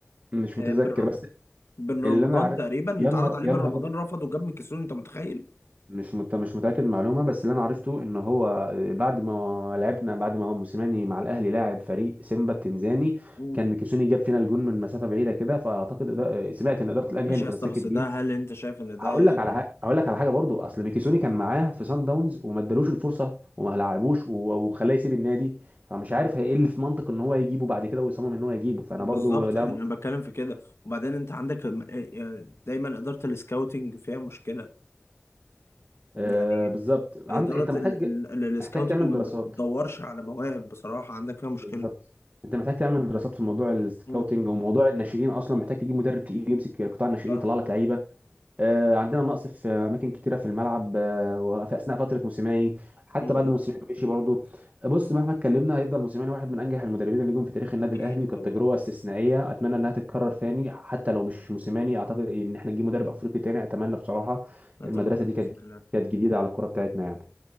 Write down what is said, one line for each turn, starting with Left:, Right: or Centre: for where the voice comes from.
Right: مش متذكر
Left: آه، بن
Right: بس
Left: بن
Right: اللي
Left: رمضان
Right: انا عارف
Left: تقريبا
Right: يا
Left: اتعرض
Right: نهار
Left: عليه
Right: يا
Left: بن
Right: نهار
Left: رمضان
Right: ابيض
Left: رفض وجاب ميكيسوني انت متخيل
Right: مش مت... مش متاكد من المعلومه بس اللي انا عرفته ان هو بعد ما لعبنا بعد ما هو موسيماني مع الاهلي لاعب فريق سيمبا التنزاني
Left: مم.
Right: كان ميكيسوني جاب فينا الجون من مسافه بعيده كده فاعتقد إدا... سمعت ان اداره الاهلي
Left: ماشي
Right: هي اللي تمسكت
Left: يا اسطى بس
Right: بيه
Left: ده هل انت شايف ان ده
Right: هقول
Left: يعني
Right: لك على حاجه هقول لك على حاجه برضو اصل ميكيسوني كان معاه في سان داونز وما ادالوش الفرصه وما لعبوش و... وخلاه يسيب النادي فمش عارف هي ايه اللي في منطق ان هو يجيبه بعد كده ويصمم ان هو يجيبه فانا
Left: بالظبط
Right: برضو ده
Left: يعني انا بتكلم في كده وبعدين انت عندك م- آه، آه، دايما اداره السكاوتنج فيها مشكله
Right: آه
Left: يعني
Right: بالظبط
Left: اداره
Right: عندك انت محتاج
Left: ال- ال- ال- السكاوتنج
Right: محتاج تعمل
Left: ما
Right: دراسات
Left: بتدورش على مواهب بصراحه عندك فيها مشكله
Right: بالظبط انت محتاج تعمل دراسات في موضوع السكاوتنج
Left: امم
Right: وموضوع الناشئين اصلا محتاج تجيب مدرب تقيل يمسك قطاع الناشئين
Left: صح
Right: يطلع لك لعيبه آه عندنا نقص في اماكن كتيره في الملعب آه وفي اثناء فتره موسيماني حتى
Left: امم
Right: بعد ما موسيماني مشي برضه بص مهما اتكلمنا هيفضل موسيماني واحد من انجح المدربين اللي جم في تاريخ النادي
Left: اكيد
Right: الاهلي وكانت
Left: طبعا
Right: تجربه استثنائيه اتمنى انها تتكرر ثاني حتى لو مش موسيماني اعتقد ان احنا نجيب مدرب افريقي تاني اتمنى بصراحه
Left: اتمنى
Right: المدرسه دي كانت
Left: باذن الله
Right: كانت جديده على الكره بتاعتنا يعني